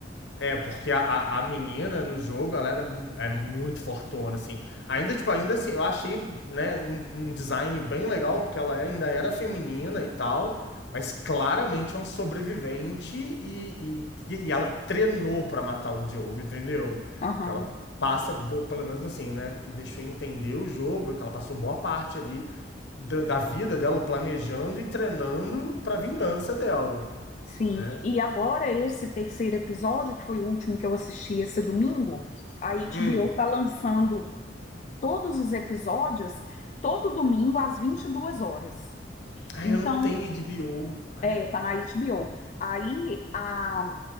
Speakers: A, on the left; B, on the left.
A: É, porque a, a, a menina no jogo, ela era, é muito fortona, assim. Ainda, tipo, ainda assim, eu achei, né, um, um design bem legal, porque ela ainda era feminina e tal, mas claramente é uma sobrevivente e, e, e ela treinou pra matar o Joe, entendeu?
B: Aham,
A: Que ela passa, bo- pelo menos assim, né, que deixou entender o jogo, que ela passou boa parte ali da, da vida dela planejando e treinando pra vingança dela,
B: sim.
A: né?
B: E agora, esse terceiro episódio, que foi o último que eu assisti esse domingo, a HBO
A: Hum.
B: tá lançando todos os episódios todo domingo às 22 horas.
A: Ai,
B: Então,
A: eu não tenho HBO. Ai,
B: é,
A: eu
B: tá
A: tô...
B: na HBO. Aí, a